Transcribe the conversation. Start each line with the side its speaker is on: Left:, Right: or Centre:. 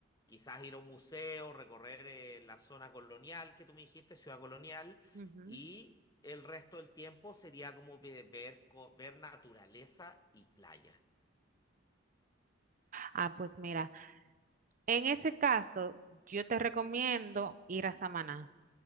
Left: quizás ir a un museo, recorrer eh, la zona colonial que tú me dijiste, ciudad colonial,
Right: Ujú.
Left: y el resto del tiempo sería como ve- ver, co- ver naturaleza y playa.
Right: Ah, pues mira, en ese caso, yo te recomiendo ir a Samaná.